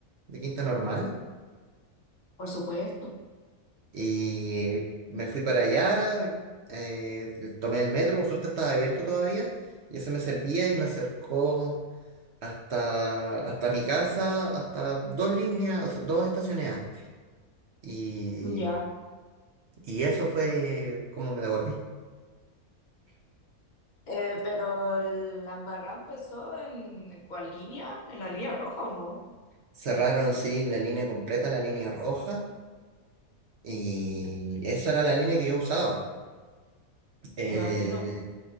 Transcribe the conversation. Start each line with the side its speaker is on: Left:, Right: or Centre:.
Right: de Quinta Normal.
Left: Por supuesto.
Right: Y me fui para allá, eh, tomé el metro, por suerte estaba abierto todavía, y ese me servía y me acercó hasta, hasta mi casa, hasta dos líneas, o sea, dos estaciones antes. Y,
Left: Ya.
Right: y eso fue como me devolví.
Left: Eh, pero el- la embarrada empezó en, ¿en cuál línea? En la línea roja, ¿o no?
Right: Cerraron, sí, la línea completa, la línea roja, y esa era la línea que yo usaba. Eh,
Left: Me imagino. pues.